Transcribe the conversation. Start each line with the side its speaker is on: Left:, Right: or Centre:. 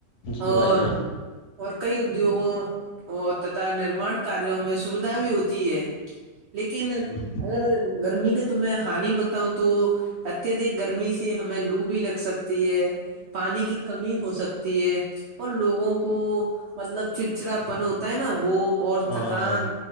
Left: جی
Right: اور-
Left: بھائی جان
Right: اور کئی ادیوگوں اور تتا نرمان کاریوں میں سویدھا بھی ہوتی ہے- لیکن
Left: ہ
Right: اگر گرمی کے تم ہانی بتا- تا ہوں تو اتیہدھک گرمی سے ہمیں لو بھی لگ سکتی ہے- پانی کی کمی ہو سکتی ہے- اور لوگوں کو مطلب چڑچڑاپن ہوتا ہے نا وہ- اور
Left: ہاں
Right: تھکان